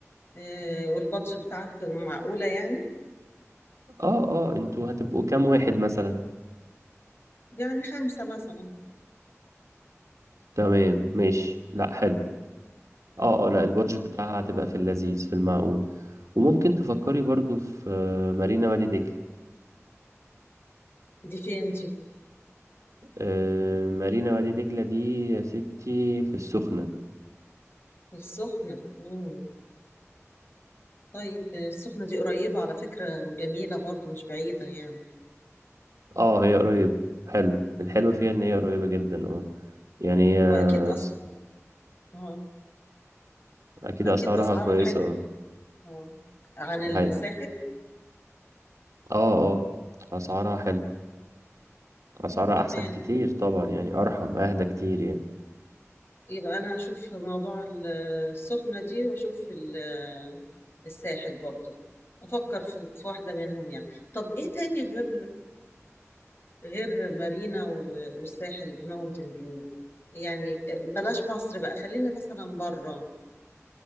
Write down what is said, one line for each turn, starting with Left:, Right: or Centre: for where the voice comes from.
Left: آه والبادجت بتاعت معقولة يعني
Right: اه اه انتوا هتبقوا كام واحد مثلا
Left: يعني خمسة مثلا
Right: تمام ماشي لا حلو اه اه لا البادجت بتاعها هتبقى في اللذيذ في المعقول وممكن تفكري برضو في آه، مارينا وادي دجلة
Left: دي فين دي
Right: آه، مارينا وادي دجلة دي يا ستي في السخنة
Left: السخنة مم. طيب السخنة دي قريبة على فكرة وجميلة برضو مش بعيدة يعني
Right: اه هي قريب حلو الحلو فيها ان هي قريبة جدا اه يعني هي
Left: وأكيد أس...
Right: س-
Left: اه
Right: اكيد
Left: أكيد
Right: اسعارها
Left: أسعارها
Right: كويسة
Left: حلوة
Right: اه
Left: اه عن الساحل
Right: دي حقيقة. اه اه اسعارها حلو اسعارها
Left: طب تمام
Right: احسن كتير طبعا يعني ارحم اهدى كتير يعني
Left: يبقى أنا هشوف موضوع ال- السخنة دي وأشوف ال- الساحل برضو أفكر في في واحدة منهم يعني طب إيه تاني غير غير مارينا و- والساحل ماونتن فيو يعني بلاش مصر بقى خلينا مثلا بره